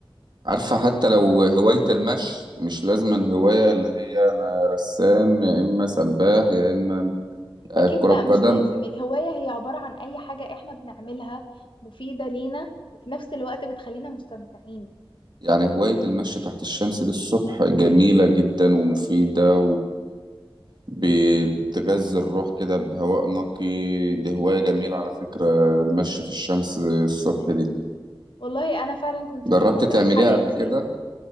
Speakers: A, on the right; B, on the left.
A: عارفة حتى
B: أيوة
A: لو هواية المشي مش لازم هواية اللي هي أنا رسام يا إما سباح يا إما لاعب
B: أكيد
A: كرة
B: لا
A: قدم
B: مش لازم الهواية هي عبارة عن أي حاجة إحنا بنعملها مفيدة لينا وفي نفس الوقت بتخلينا مستمتعين
A: يعني هواية المشي تحت الشمس دي الصبح جميلة جدا ومفيدة وبتغذي الروح كده بهواء نقي دي هواية جميلة على فكرة المشي في الشمس الصبح دي
B: والله أنا فعلا كنت
A: جربت
B: في فترة
A: تعمليها
B: في حياتي
A: قبل كده؟